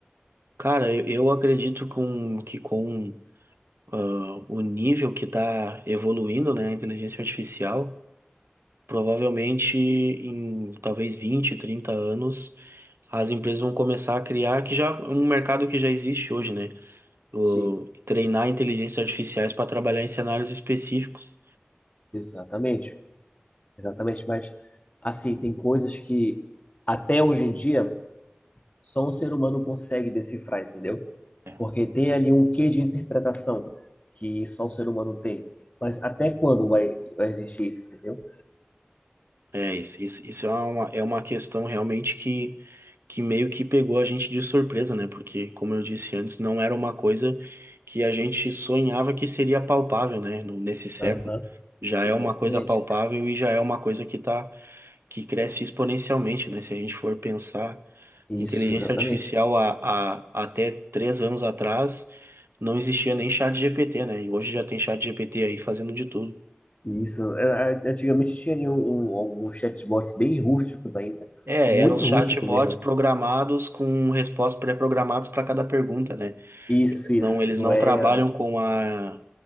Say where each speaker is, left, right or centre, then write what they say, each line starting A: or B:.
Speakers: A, on the right; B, on the left.
A: cara, eu, eu acredito com, que com ah, o nível que está evoluindo, né, a inteligência artificial, provavelmente em talvez 20, 30 anos as empresas vão começar a criar que já é um mercado que já existe hoje, né? O,
B: Sim,
A: treinar inteligências artificiais para trabalhar em cenários específicos.
B: exatamente. Exatamente, mas, assim, tem coisas que até hoje em dia só um ser humano consegue decifrar, entendeu?
A: É.
B: Porque tem ali um quê de interpretação que só o ser humano tem. Mas até quando vai, vai existir isso, entendeu?
A: É, isso, isso, isso é uma, é uma questão realmente que, que meio que pegou a gente de surpresa, né? Porque, como eu disse antes, não era uma coisa que a gente sonhava que seria palpável, né? No- Nesse século.
B: Aham,
A: Já é
B: exatamente.
A: uma coisa palpável e já é uma coisa que tá, que cresce exponencialmente, né? Se a gente for pensar.
B: Isso,
A: Inteligência
B: exatamente.
A: artificial há, há até três anos atrás não existia nem chat GPT, né? E hoje já tem chat GPT aí fazendo de tudo.
B: Isso, é, é, antigamente tinha um, um- alguns chatbots bem rústicos ainda,
A: É,
B: muito
A: eram os chatbots
B: rústico mesmo.
A: programados com respostas pré-programadas para cada pergunta, né?
B: Isso, isso,
A: Não, eles
B: não
A: não
B: é?
A: trabalham com a